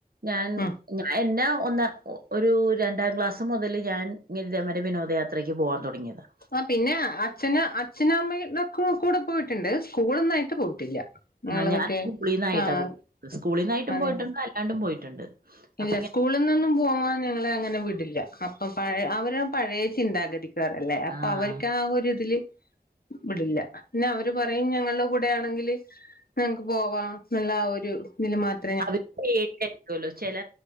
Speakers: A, on the right (about 70°); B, on the left (about 70°).
A: ഞാൻ
B: ഉം
A: എന്നാ ഒന്ന് ഒരു രണ്ടാം ക്ലാസ് മുതൽ ഞാൻ ഇങ്ങനെ ദമന വിനോദയാത്രയ്ക്ക് പോവാൻ തുടങ്ങിയതാണ്
B: ആഹ് പിന്നെ അച്ഛന അച്ഛന അമ്മക്ക കൂടെ പോയിട്ടുണ്ട് സ്കൂളൊന്നായിട്ട് പോയിട്ടില്ല ഞങ്ങള്
A: ആഹ് ഞാൻ
B: മറ്റേ
A: സ്കൂളീനിന്നായിട്ടാ
B: ആഹ്
A: പോ സ്കൂളീ നിന്ന ആയിട്ടും
B: അതെ
A: പോയിട്ടുണ്ട് അല്ലാണ്ടും പോയിട്ടുണ്ട്
B: ഇല്ല
A: അപ്പൊ ഇങ്ങനെ
B: സ്കൂളിൽ നിന്നും പോങ്ങാൻ ഞങ്ങ അങ്ങനെ വിടില്ല അപ്പൊ പഴ അവര പഴയ ചിന്താഗതിും അപ്പൊ
A: ആഹ്
B: അവർക്ക് ആ ഒരുരിതില് ഇടില്ല പിന്നെ അവര് പറയുംയും ഞങ്ങള് ഇവിടെ ആണെങ്കിൽ ങ്ങക്ക് പോവാം എന്നുള്ള ഒരു ഇതിൽ മാത്രം
A: അവരു ഏരിയിരിക്കല്ലോ ചില